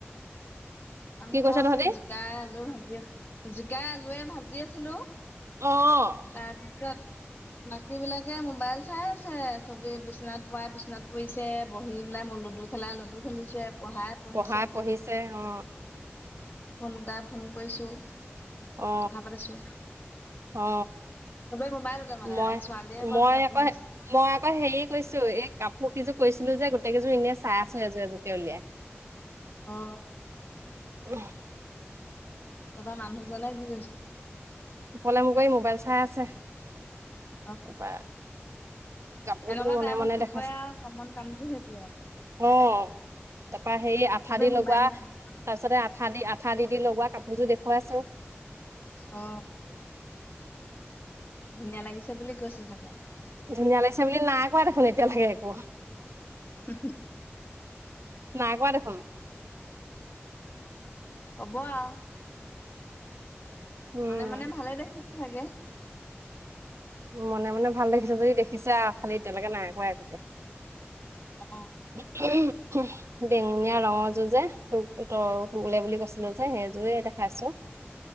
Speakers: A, on the left (about 45°); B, on the right (about 90°).
A: আমি
B: কৈছ
A: মই
B: তহঁতি
A: জিকাই আলু ভাজি আছো জ গাই আলুৱে ভাজি আছিলো
B: অ
A: তাৰপিছত বাকী বিলাকে মোবাইল চাই আছে চবি বিচনাত পোৱ বিচনাত পৰিছে বহি পেলাই মই লুডু খেলা লুডু খেলিছে পঢ়াই পঢ়িছে
B: পঢ়াই পঢ়িছে অ
A: ফোন গাই ফোন কৰিছো
B: অ
A: কথা পাতিছো
B: অ
A: চবে মোবাইলতে মানে
B: মই
A: ছোৱালীয়ে বাৰু
B: মই
A: কিতাপ
B: আকৌ
A: পঢ়ি আছে।
B: মই আকৌ হেৰি কৈছো এই কাপোৰ কেইযোৰ কৈছিলো যে গ এইকেইদিন এনে আছো চাই আছো এজো এযোৰ কে উলিয়াই
A: অ
B: আহ
A: তপৰা মানুহ জাই কি কৈছে
B: পলে মোক কৰি মোবাইল চাই আছে এ
A: অ
B: প কাপোৰতটো
A: এনেকুৱা
B: মনে
A: টাইমত
B: মনে
A: চবৰে
B: দেখাইছে
A: আৰু কমন কামটো সেইটোয়ে আৰু
B: অ তাৰ পৰাা হেই আঠা
A: চবে
B: দি
A: মোবাইলে
B: লগোৱা তাৰ
A: চাই
B: পিছতে আঠা দি আ উা দি দি লগা কাপোৰযোৰ দেখুৱাইছ
A: অ ধুনীয়া লাগিছে বুলি কৈছে চাগে
B: ধুনীয়া লাগিছে বুলি নাই কোৱা দেখোন এতিয়া লাগে একো
A: হ হ
B: নাই কোৱা দেখোন
A: কব আৰু
B: উম
A: মনেে মনে ভালে দেখি কি লাগে
B: মনে মনে ভাল দেখিছে যদি দেখিছে খালি এতিয়ালৈকে নাই একা একোকে
A: অ
B: <inaudible> বেঙুনীয়া ৰঙৰ যুঁজে তোক তই ত বোলে
A: উম
B: বুলি কৈছিলো যে সেইযোয়ে দেখাইছো।